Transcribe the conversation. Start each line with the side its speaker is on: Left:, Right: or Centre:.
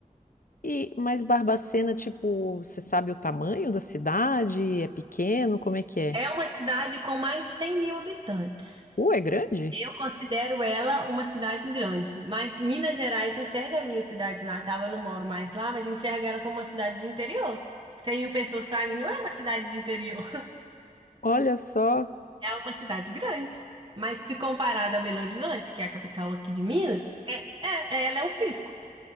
Left: e mas Barbacena, tipo, você sabe o tamanho da cidade? É pequeno? Como é que é?
Right: É uma cidade com mais de 100 mil habitantes.
Left: Uh, é grande?
Right: Eu considero ela uma cidade grande, mas Minas Gerais enxerga a minha cidade natal. Eu não moro mais lá, mas enxerga ela como uma cidade de interior. cem mil pessoas para mim não é uma cidade de interior,
Left: Olha só,
Right: <laughs> é uma cidade grande. Mas se comparada a Belo Horizonte, que é a capital aqui de Minas, é, é, ela é um cisco.